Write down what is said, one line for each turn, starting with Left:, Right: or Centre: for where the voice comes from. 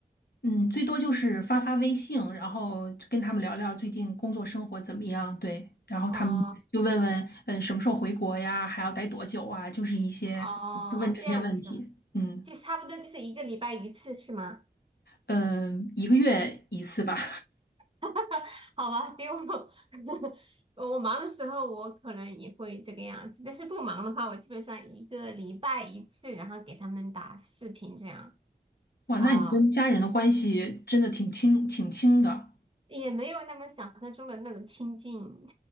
Left: 嗯，最多就是发发微信，然后就跟他们聊聊最近工作生活怎么样。对，然后他们就问问，
Right: 哦
Left: 嗯，什么时候回国呀？还要待多久啊？就是一些就问这些问题。
Right: 哦，这样子是吧？
Left: 嗯，
Right: 就是差不多就是一个礼拜一次是吗？
Left: 呃，一个月一次吧。
Right: <laughs> 好吧，比我 <laughs> 我忙的时候我可能也会这个样子，但是不忙的话，我基本上一个礼拜一次，然后给他们打视频这样。
Left: 哇，
Right: 啊、
Left: 那你跟家人的关系真的挺亲，挺亲的。
Right: 也没有那么想象中的那种亲近，